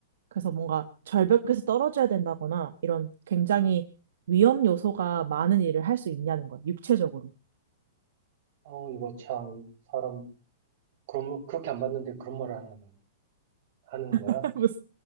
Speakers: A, on the right (about 75°); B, on the right (about 50°).
A: 그래서 뭔가
B: 음.
A: 절벽에서 떨어져야 된다거나 이런 굉장히 위험 요소가 많은 일을 할 수 있냐는 거야. 육체적으로.
B: 어, 이거 참, 사람, 그럼, 그렇게 안 봤는데 그런 말을 하는, 하는 거야?
A: <laughs> 무슨